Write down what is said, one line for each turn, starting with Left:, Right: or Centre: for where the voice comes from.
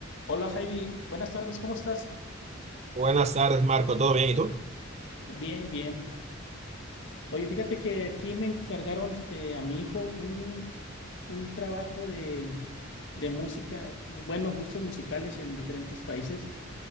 Left: Hola Heidi, buenas tardes, ¿cómo estás?
Right: Buenas tardes, Marco. ¿Todo bien? ¿Y tú?
Left: Bien, bien. Oye, fíjate que aquí me encargaron este, a mi hijo un, un trabajo de, de música, bueno, gustos musicales en diferentes países.